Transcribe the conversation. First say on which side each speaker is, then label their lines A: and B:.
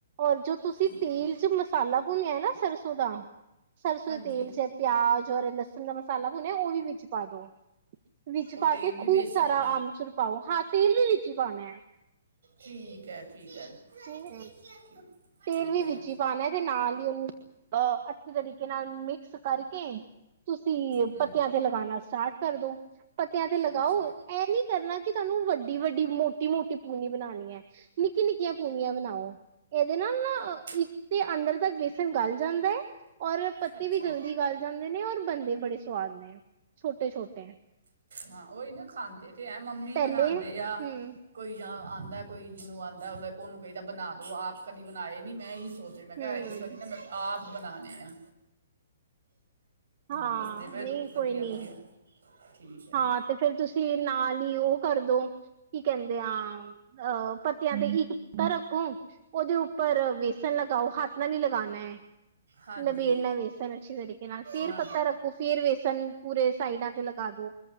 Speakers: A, on the right; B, on the right.
A: ਔਰ ਜੋ ਤੁਸੀਂ
B: ਠੀਕ
A: ਤੇਲ
B: ਹੈ
A: ਚ ਮਸਾਲਾ ਪੂਨੀ ਲਿਆ ਨਾ ਸਰਸੋਂ ਦਾ। ਸਰਸੋਂ
B: ਹਾਂਜੀ
A: ਦੇ ਤੇਲ ਚ ਪਿਆਜ ਔਰ ਲਸਣ ਦਾ ਮਸਾਲਾ ਭੁਣੇਿਆ ਉਹ ਵੀ ਵਿੱਚ ਪਾ ਦੋ ਵਿੱਚ
B: ਉਹ
A: ਪਾ
B: ਤੇਲ
A: ਕੇ
B: ਵੀ
A: ਖੂਬ
B: ਵੇਸਣ
A: ਨਾਲ ਅਮਚਖਰ ਪਾਓ। ਤੇਲ ਵੀ ਵਿਚੀ ਪਾਉਣਾ ਹੈ।
B: ਠੀਕ ਹੈ-ਠੀਕ ਹੈ। ਠੀਕ-
A: ਹੂੰ ਤੇਲ
B: ਠੀਕ
A: ਵੀ
B: ਹੈ
A: ਵਿਚੀ ਪਾਣਾ ਤੇ ਨਾਲ ਹੀ ਉਹਨੂੰ ਅਹ, ਅੱਛੇ ਤਰੀਕੇ ਨਾਲ ਮਿਕਸ ਕਰਕੇ ਤੁਸੀਂ
B: ਹੂੰ
A: ਪੱਤਿਆਂ ਤੇ ਲਗਾਉਣਾ ਸਟਾਰਟ ਕਰਦੋ ਪੱਤਿਆਂ ਤੇ ਲਗਾਓ
B: ਅੱਛਾ
A: ਇਹ ਨੀ ਕਰਨਾ ਕਿ ਤੁਹਾਨੂੰ ਵੱਡ ਵੱਡੀ-ਵੱਡੀ, ਮੋਟੀ-ਮੋਟੀ, ਪੂਨੀ ਬਣਾਉਣੀ ਨਿੱਕੀ- ਨਿੱਕੀ ੀਆਂ ਪੂਨੀਆਂ ਬਣਾਓ ਇਹਦੇ ਨਾਲ ਨਾ
B: ਠੀਕ
A: ਇੱਕ ਤੇ ਅੰਦਰ ਤੱਕ ਵੇਸਣ ਗਲ ਜਾਂਦਾ ਹੈ ਔਰ, ਪੱਤੇ
B: ਅੱਛਾ
A: ਵੀ ਜਲਦੀ ਗਾਲ ਜਾਂਦੇ ਨੇ ਔਰ ਬੰਣਦੇ ਬੜੇ ਸਵਾਦ ਨੇ ਛੋਟੇ-ਛੋਟੇ ਹੈ।
B: ਹਾਂ ਉਹੀ ਨਾ ਖਾਂਦੇ ਤੇ ਹੈ, ਮੰਮੀ
A: ਪਹਿਲੇ
B: ਬਣਉਦੇ ਆ
A: ਹਮ
B: ਕੋਈ ਜਾਂ ਆਉਂਦਾ ਕੋਈ, ਜਿਹਨੂੰ ਆਉਂਦਾ, ਉਹਦਾ ਉਹਨੂੰ ਕਹੀਦਾ ਬਣਾ ਦਿਉ, ਆਪ ਕਦੀ ਬਣਾਏ ਨਹੀਂ ਮੈਂ ਹੀ ਸੋਚੇ, ਮੈਂ ਕਿਹਾ
A: ਹਮ
B: ਇਸ ਵਾਰੀ ਨਾ ਮੈਂ ਆਪ ਬਣਾਉਣੇ ਆ।
A: ਹਾਂ
B: ਦੱਸਦੇ ਪਏ
A: ਨਹੀਂ
B: ਦੋ- ਵਧੀਆ
A: ਕੋਈ ਨੀ।
B: ਵਧੀਆ ਠੀਕ ਹੈ।
A: ਹਾਂ ਤੇ ਫੇਿਰ ਤੁਸੀਂ ਨਾਲ ਹੀ ਉਹ ਕਰਦੋ ਕੀ ਕਹਿੰਦੇ ਆ ਅ ਪੱਤਿਆਂ ਤੇ ਇਕ ਪੱਤਾ ਰੱਖੋ ਉਹਦੇ ਉੱਪਰ ਬੇਸਨ ਲਗਾਓ ਹੱਥ ਨਾਲ ਹੀ ਲਗਾਉਣਾ ਹੈ।
B: ਹਾਂਜੀ
A: ਲਬੇੜਨਾ ਵੇਸਨ ਅੱਛੇ ਤਰੀਕੇ ਨਾਲ ਫਿਰ
B: ਹਾਂ
A: ਪੱਤਾ ਰੱਖੋ ਫੇਰ ਵੇਸਨ। ਪੂਰੇ ਸਾਈਡਾਂ ਤੇ ਲਗਾ ਦੋ।